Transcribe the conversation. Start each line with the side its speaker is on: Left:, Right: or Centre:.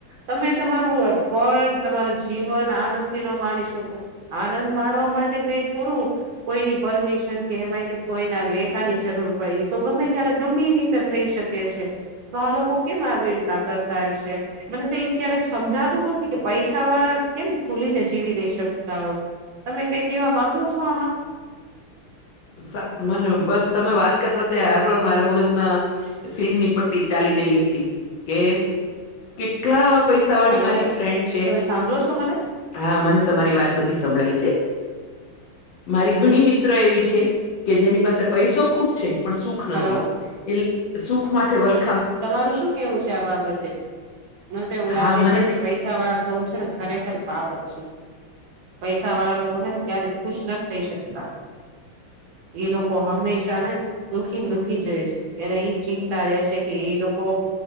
Right: તમે તમારું પળ તમારું જીવન આનંદ થી ન માણી શકો. આનંદ માણવા માટે કંઈ થોડુ કોઈની પરમિશન કે એમાંય કોઈના લેહકાની જરૂર પડે તો ગમે ત્યારે ગમે ની તે થઈ શકે છે તો આ લોકો કેમ આવી રીતના કરતા હશે મને તો એ ક્યારેક સમજાતું નથી કે પૈસા વાળા કેમ ખુલીને જીવી નહી શકતા હોય. તમે કઈ કેવા માંગો છો આમાં?
Left: સા મને બસ તમે વાત કરતા ત્યા હાર વાર મારા મગજમાં ફિલ્મની પટ્ટી ચાલી રહી હતી કે કેટલા આવા પૈસા વાળી
Right: હલો.
Left: મારી ફ્રેન્ડ છે
Right: તમે સાંભળો છો મને?
Left: હા, મને તમારી વાત બધી સંભળાય છે. મારી ઘણી મિત્ર એવી છે કે જેની પાસે પૈસો ખૂબ છે પણ સુખ નથી
Right: હલો
Left: એ સુખ માટે વલ
Right: તમારું શું કેવું છે આ બાબતે? મને તો એવું લાગે
Left: હા મને
Right: છે કે પૈસા વાળા થવું છે ને ખરેખર પાપ જ છે. પૈસા વાળા લોકો છે ને ક્યારે ખુશ નથ થઇ શકતા. એ લોકો હંમેશા ને દુખી ને દુખી જ રહે છે એને ઈ ચિંતા રહે છે કે એ લોકો